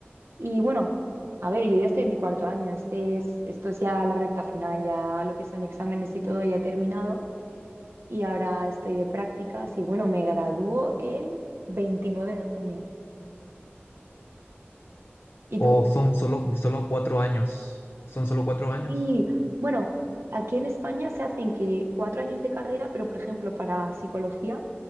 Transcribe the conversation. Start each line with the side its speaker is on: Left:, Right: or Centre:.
Right: y bueno, a ver, yo ya estoy en mi cuarto año, este es, esto es ya la recta final, ya lo que son exámenes y todo ya he terminado y ahora estoy de prácticas y bueno, me gradúo el 29 de junio. ¿Y
Left: ¿O
Right: tú?
Left: son solo, solo cuatro años? ¿Son solo cuatro años?
Right: Y bueno, aquí en España se hacen que cuatro años de carrera, pero por ejemplo para psicología,